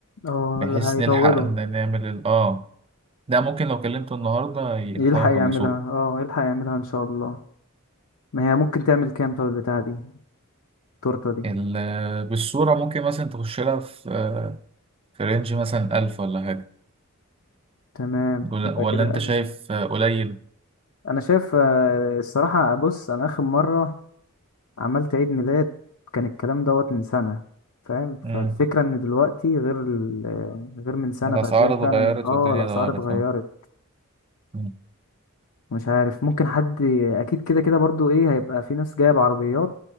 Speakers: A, on the left (about 80°); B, on the right (about 25°).
A: اه
B: بحيث
A: ده هيطولوا
B: نلحق إن نعمل ال... آه ده ممكن لو كلمته النهاردة يلحقوا
A: يلحق
B: يخلصوه
A: يعملها اه يلحق يعملها ان شاء الله ما هي ممكن تعمل كام طب البتاعة دي التورتة دي
B: ال- بالصورة ممكن مثلا تخش لها في آه، في رينج مثلا ألف ولا حاجة
A: تمام
B: ولا
A: يبقى
B: ولا
A: كده
B: أنت
A: أقل.
B: شايف آه، قليل؟
A: انا شايف آه، الصراحة بص انا اخر مرة عملت عيد ميلاد كان الكلام دوت من سنة فاهم
B: مم.
A: فالفكرة ان دلوقتي غير ال... آه، غير من سنة
B: الأسعار
A: فهتلاقي فعلا
B: اتغيرت
A: اه
B: والدنيا
A: الاسعار
B: اتغيرت
A: اتغيرت
B: اه مم.
A: مش عارف ممكن حد اكيد كده كده برضو ايه هيبقى في ناس جاية بعربيات